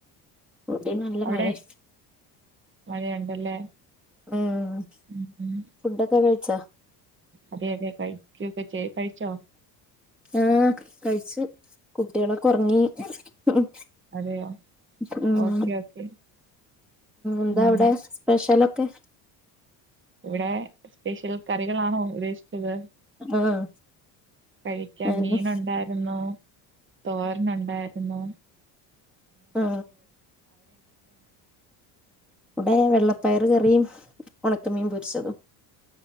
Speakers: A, in the centre; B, on the right (about 25°).
A: ടിം നല്ല
B: അവിടെ
A: മഴെ
B: മഴയുണ്ടല്ലേ
A: ഉം
B: ഉം ഉം
A: ഫുഡൊക്കെ കഴി ച്ച
B: അതെ അതെ കഴിക്കൊക്കെ ചെയ് കഴിച്ചോ
A: ആഹ കഴിച്ചു കുട്ടികളൊക്കെ ഉറങ്ങി ഉ
B: അതെയോ
A: ഉ
B: ഓക്കെ ഓക്കെ
A: എന്താവിടെ
B: ഉം
A: സ്പെഷ്യൽൊക്കെ
B: ഇവിടെ സ്പെഷ്യൽ കറികളാണോ ഉപശിച്ചത്
A: ആഹ്
B: കഴിക്കാ
A: അതന്നെ
B: മീൻ ഉണ്ടായിരുന്നു തോരന്നുണ്ടായിരുന്നു
A: ആ ഇവിടെ വെള്ളപ്പയറ് കറിയും ഉണക്ക് മീൻ പൊരിച്ചതും